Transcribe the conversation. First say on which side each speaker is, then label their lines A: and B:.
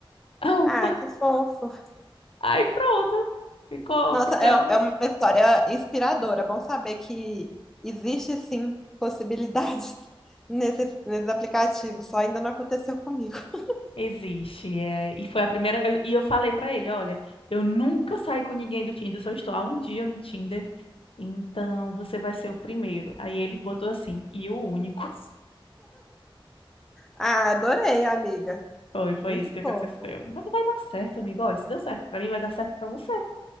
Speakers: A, on the left; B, in the centre.
A: <laughs>
B: Ah, que fofo.
A: Aí pronto, ficou,
B: Nossa,
A: ficamos.
B: é, é uma história inspiradora. É Bom saber que existe sim possibilidades <laughs> nesses, nesses aplicativos, só ainda não aconteceu comigo. <laughs>
A: Existe, é, e foi a primeira, eu- e eu falei pra ele, olha, eu nunca saí com ninguém do Tinder, só estou há um dia no Tinder, então você vai ser o primeiro. Aí ele botou assim, e o único. <laughs>
B: Ah, adorei, amiga.
A: Foi, foi
B: Muito
A: isso que aconteceu.
B: fofo.
A: Mas vai dar certo, amigo, ó, se deu certo pra mim, vai dar certo pra você.